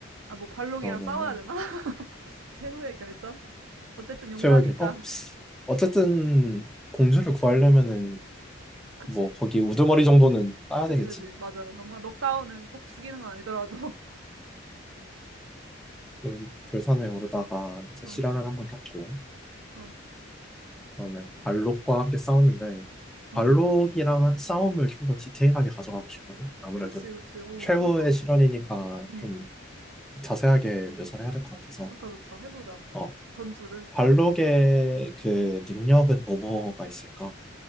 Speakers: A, on the right (about 75°); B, in the centre.
A: 아, 뭐 발록이랑
B: 그러면은
A: 싸워야 되나? <laughs> 최후의 결전? 어쨌든 용사니까.
B: 최후의 결정 어 어쨌든 공주를 구하려면은
A: 그치.
B: 뭐 거기 우두머리 정도는 따야
A: 그치,
B: 되겠지
A: 그치. 맞아. 그러니까 뭔가 넉다운을 꼭 죽이는 건 아니더라도. <laughs>
B: 그 결산에 오르다가 이제
A: 어,
B: 실현을 한번 겪고
A: 어,
B: 그다음에 발록과 함께 싸웠는데
A: 어.
B: 발록이랑 싸움을 좀 더 디테일하게 가져가고 싶거든. 아무래도
A: 그치, 그치. 어,
B: 최후의
A: 그럴 것
B: 실현이니까
A: 같아. 음,
B: 좀 자세하게 묘사를 해야 될 것 같아서
A: 좋다, 좋다. 해보자, 한번.
B: 어
A: 전투를.
B: 발록의 그 능력은 뭐뭐가 있을까?